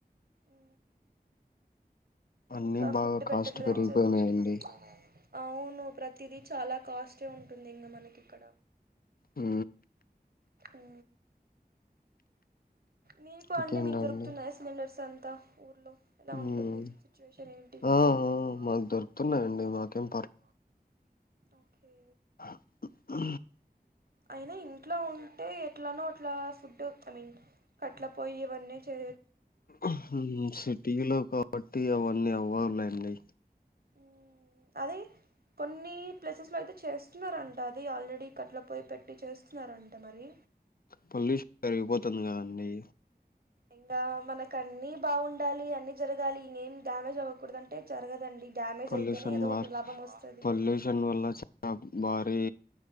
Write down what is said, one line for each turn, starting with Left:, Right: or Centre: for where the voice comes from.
Right: ఉ
Left: అన్నీ
Right: ఇంకా ఫుడ్
Left: బాగా
Right: పెట్టట్లేదుని
Left: కాస్ట్ పెరిగిపోయినాయండి.
Right: చెపి అవును ప్రతిదీ చాలా కాస్ట్ ఉంటుంది ఇంగా మనకి ఇక్కడ
Left: ఉ
Right: ఉ మీకు
Left: ఇంకేంటండి?
Right: అండి మీకు దొరుకుతున్నాయి సిలిండర్స్ అన్నీ త ఊలో ఎలా
Left: హ్మ్.
Right: ఉంటుంది శిచ్వేషన్ ఏంటి
Left: ఆ! ఆ!
Right: ఏరుతున్నాడిదు
Left: మాకు దొరుకుతున్నాయండి. మాకేం
Right: ఓకే
Left: అ హు
Right: అయినా ఇంట్లో ఉంటే అట్లనో అట్లా ఫుడ్ ఐ మీన్ కట్ల పోయి ఇవన్నీ చే
Left: ఉ సిటీలో కాబట్టి అవన్న నేవేర్లేంది
Right: ఉ అది కొన్ని ప్లేసెస్ లో అయితే చేస్తున్నారంట అది ఆల్రెడీ కట్ల పొయి పెట్టి చేస్తున్నారంట మరి
Left: పల్లి పెరిగిపోతుంది కదండి
Right: ఇంకా మనక అన్ని బాగుండాలి అన్ని జరగాలిం డ్యామేజ్ అవ్వకూడద అంటే జరగదండి డ్యామేజ్
Left: పొల్యూషన్
Right: అయితేనే ఏదో
Left: ద
Right: ఒకటి లాభం వస్తది
Left: పొల్యూషన్ వల్ల చానా భారీ